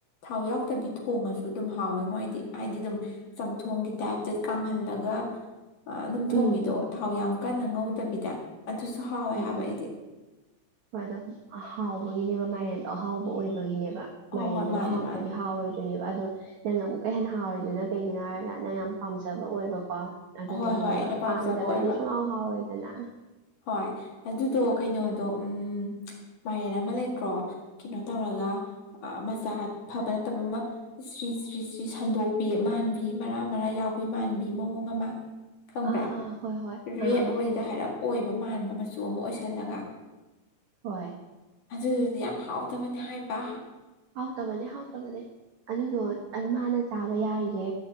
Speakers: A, on the left; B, on the right.
A: ꯊꯥꯎ ꯌꯥꯎꯗꯕꯤ ꯊꯣꯡꯉꯁꯨ ꯑꯗꯨꯝ ꯍꯥꯎꯋꯦ ꯃꯣꯏꯗꯤ ꯍꯥꯏꯗꯤ ꯑꯗꯨꯝ ꯆꯝꯊꯣꯡꯒꯤ ꯇꯥꯏꯞꯇ ꯀꯥꯝꯍꯜꯂꯒ ꯑꯗꯨꯝ
B: ꯎꯝ
A: ꯊꯣꯡꯕꯤꯗꯣ ꯊꯥꯎ ꯌꯥꯝ ꯀꯟꯅ ꯉꯧꯗꯕꯤꯗ ꯑꯗꯨꯁꯨ ꯍꯥꯎꯋꯦ
B: ꯎꯝ
A: ꯍꯥꯏꯕ
B: ꯎꯝ
A: ꯑꯩꯗꯤ
B: ꯍꯣꯏ ꯑꯗꯣ ꯑꯍꯥꯎꯕꯒꯤꯅꯦꯕ ꯃꯥꯏꯔꯦꯟꯗꯣ ꯑꯍꯥꯎꯕ ꯑꯣꯏꯕꯒꯤꯅꯦꯕ
A: ꯍꯣꯏ
B: ꯃꯥꯏꯔꯦꯟꯗꯨꯅ
A: ꯍꯣꯏ ꯃꯥꯅꯦ
B: ꯍꯥꯎꯇ꯭ꯔꯗꯤ
A: ꯃꯥꯅꯦ
B: ꯍꯥꯎꯔꯣꯏꯗꯣꯏ ꯑꯗꯣ ꯅꯪꯅ ꯑꯃꯨꯛꯀ ꯍꯦꯟꯅ ꯍꯥꯎꯔꯤꯗꯨꯅ ꯀꯩꯒꯤꯅꯣ ꯍꯥꯏꯔꯒ ꯅꯪ ꯌꯥꯝꯅ ꯄꯥꯝꯖꯕ ꯑꯣꯏꯕꯀꯣ ꯑꯗꯨꯗꯨꯒꯤꯅꯦꯕ
A: ꯍꯣꯏ ꯍꯣꯏ ꯑꯩꯅ ꯄꯥꯝꯖꯕ
B: ꯄꯥꯝꯗꯕꯗꯤ
A: ꯑꯣꯏꯕ
B: ꯁꯨꯡꯍꯥꯎ ꯍꯥꯎꯋꯦꯗꯅ
A: ꯍꯣꯏ ꯑꯗꯨꯗꯣ ꯀꯩꯅꯣꯗꯣ ꯎꯝ ꯃꯥꯏꯔꯦꯟ ꯑꯃ ꯂꯩꯇ꯭ꯔꯣ ꯀꯩꯅꯣ ꯇꯧꯔꯒ ꯃꯆꯥ ꯐꯕ ꯅꯠꯇꯕ ꯑꯃ ꯁ꯭ꯔꯤ ꯁ꯭ꯔꯤ ꯁ꯭ꯔꯤ ꯁꯟꯗꯣꯛꯄꯤ ꯃꯥꯟꯕꯤ ꯃꯔꯥ ꯃꯔꯥ ꯌꯥꯎꯕꯤ ꯃꯥꯟꯕꯤ ꯃꯑꯣꯡ ꯑꯃ ꯈꯪꯕ꯭ꯔꯥ
B: ꯑꯥ ꯑꯥ ꯍꯣꯏ ꯍꯣꯏ
A: ꯔꯦꯠ
B: ꯑꯥ ꯑꯥ
A: ꯑꯣꯏꯒ
B: ꯈꯪꯉꯦ
A: ꯍꯥꯏꯔꯧ ꯑꯣꯏꯕ ꯃꯥꯟꯕ ꯃꯆꯨ ꯑꯃ ꯑꯣꯏꯁꯜꯂꯒ
B: ꯍꯣꯏ
A: ꯑꯗꯨꯗꯨꯗꯤ ꯌꯥꯝ ꯍꯥꯎꯗꯕꯅꯤ ꯍꯥꯏꯕ
B: ꯍꯥꯎꯇꯕꯅꯦ ꯍꯥꯎꯇꯕꯅꯦ ꯑꯗꯨꯗꯣ ꯃꯥꯅ ꯆꯥꯕ ꯌꯥꯔꯤꯖꯦ